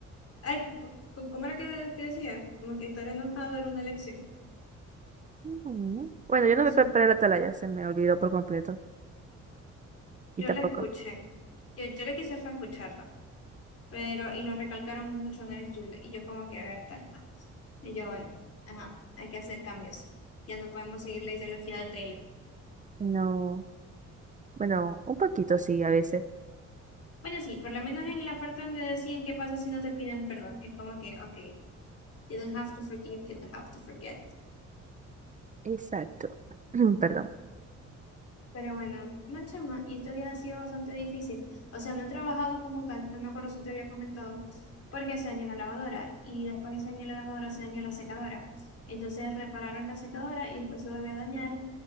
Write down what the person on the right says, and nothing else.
<laughs> Ujú. Bueno,
yo no
me preparé la atalaya, se me olvidó por completo. Y
tampoco.
No, bueno, un poquito sí, a veces.
Exacto. <clears throat> Perdón.